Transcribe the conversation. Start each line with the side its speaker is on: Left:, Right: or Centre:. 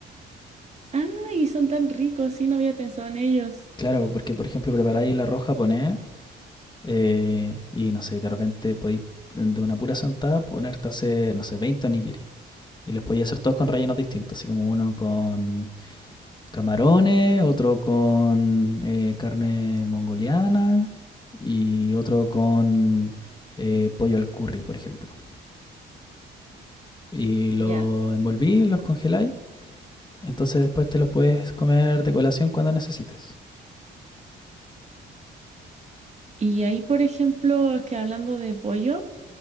Right: Ah, y son tan ricos, sí, no había pensado en ellos.
Left: Claro, porque por ejemplo preparáis el arroz japonés eh, y no sé, de repente podéis de una pura sentada ponerte a hacer, no sé, 20 onigiri. Y los podéis hacer todos con rellenos distintos, así como uno con camarones, otro con eh, carne mongoliana y otro con eh, pollo al curry, por ejemplo. Y los
Right: Ya.
Left: envolví, los congeláis. Entonces después te los puedes comer de colación cuando necesites.
Right: Y ahí, por ejemplo, es que hablando de pollo,